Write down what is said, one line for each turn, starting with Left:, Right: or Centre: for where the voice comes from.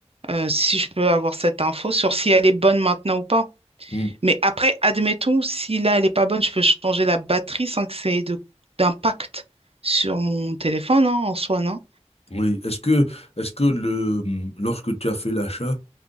Right: euh, si je peux avoir cette info sur si elle est bonne maintenant ou pas.
Left: Mm.
Right: Mais après, admettons, si là, elle n'est pas bonne, je peux changer la batterie sans que ça ait de- d'impact sur mon téléphone, hein, en soi, non?
Left: Oui, est-ce que est-ce que le mmh, lorsque tu as fait l'achat,